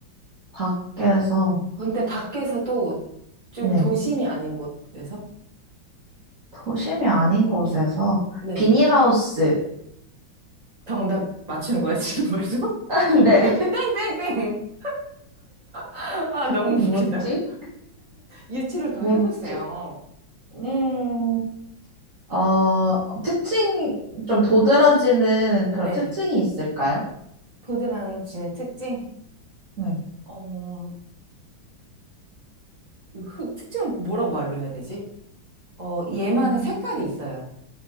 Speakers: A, on the right; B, on the right.
A: 밖에서,
B: 근데 밖에서도 좀
A: 네.
B: 도심이 아닌 곳에서?
A: 도심이 아닌 곳에서,
B: 네.
A: 비닐하우스.
B: 정답 맞추는 거예요, 지금 벌써?
A: <laughs> 네
B: <laughs> 땡땡땡! 아, 너무
A: 뭐지?
B: 웃기다. 유추를 더
A: 뭐지?
B: 해보세요.
A: 음, 어, 특징, 좀 도드라지는
B: 음.
A: 그런
B: 네.
A: 특징이 있을까요?
B: 보드라지의 특징?
A: 네.
B: 어, 흑- 특징 뭐라고 말을 해야 되지? 어, 얘만의
A: 음,
B: 색깔이 있어요.